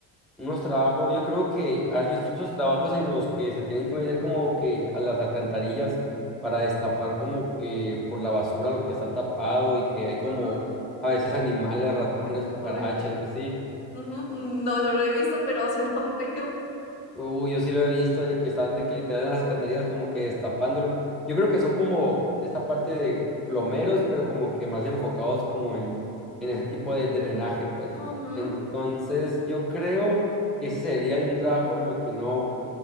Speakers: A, in the centre; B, on the left (about 70°).
A: Unos trabajos, yo creo que has visto esos trabajos en los que se tienen que meter como que a las alcantarillas para destapar como que por la basura lo que está tapado y que hay como
B: Ujú,
A: a veces animales, ratones, cucarachas
B: uy,
A: y así.
B: ujú, No, no lo he visto, pero suena <laughs> feo.
A: Uy, yo sí lo he visto de que están de que literal en las alcantarillas como que destapándolo. Yo creo que son como esta parte de plomeros, pero como que más enfocados como en, en ese tipo de drenaje, pues.
B: Ujú,
A: Entonces, yo creo que ese sería un trabajo lo que no,